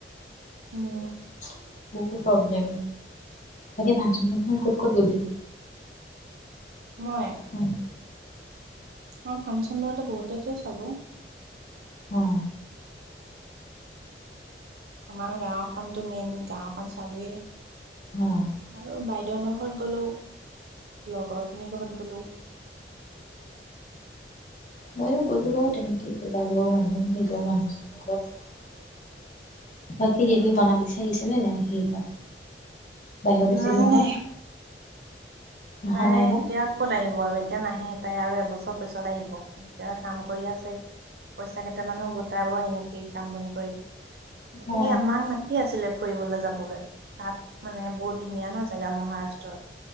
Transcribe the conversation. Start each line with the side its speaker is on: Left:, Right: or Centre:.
Right: উম।
Left: <unintelligible> প্ৰব্লেম। বাকি ফাংচন-চানচন ক'ত-ক'ত গ'লি?
Right: মই।
Left: অ',
Right: অ', ফাংচন বাৰতে বহুতে টো চালো।
Left: অ'।
Right: আমাৰ গাঁওখনতো মেইন গাওঁখন চালোৱেই।
Left: অ'।
Right: আৰু বাইদেউ নোখৰত গ'লো। লগৰ খিনি ঘৰত গলো।
Left: মইো গ'লো বাৰু তেনেকে বাঘৰৰ মানুহ নিজৰ মানুহজন ঘৰত। বাকী
Right: উম
Left: হেৰি মনালীচাই আহিছেনে নাই? সেইবাৰ বাহিৰত আছিল
Right: নাই
Left: নহয়।
Right: নাই
Left: অহা
Right: তাই
Left: নাই
Right: এতিয়া
Left: ন
Right: ক'ত আহিব আৰু এতিয়া নাহে তাই আৰু বছৰ পিছত আহিব এতিয়া কাম কৰি আছে। পইচা কেইটামানু গোটাব সেনে কি। কাম বন কৰি। বাকী
Left: অ
Right: আমাক মতি আছিলে ফুৰিবলৈ যাবলৈ তাত মানে বহুত ধুনীয়া ন জেগা মহাৰাষ্ট্ৰত।